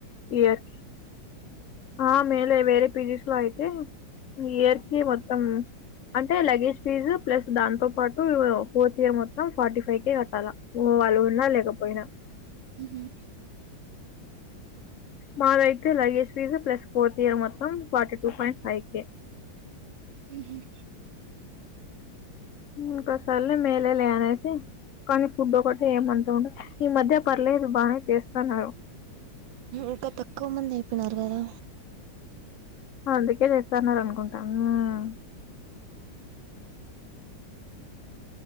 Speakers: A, on the left; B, on the right.
A: ఇయర్ ఆ మేలే వేరే పిజీస్ లో అయితే ఇయర్ కి మొత్తం అంటే లగేజ్ ఫీజు ప్లస్ దాంతో పాటు ఫోర్త్ ఇయర్ మొత్తం ఫార్టీ ఫైకే కట్టాల వాళ్ళు ఉన్నా లేకపోయినా
B: మ్మ్ హ్మ్
A: మాదయితే luggage fee plus fourth year మొత్తం forty two point five K
B: మ్మ్ హ్మ్
A: ఇంక సర్లే మేలేలే అనేసి కానీ ఫుడ్ ఒకటి ఏమంత ఉండదు ఈ మధ్య పర్లేదు బానే చేస్తన్నారు
B: ఇంకా తక్కువ మంది అయిపోయినారు కదా
A: అందుకే చేస్తన్నారు అనుకుంటా మ్మ్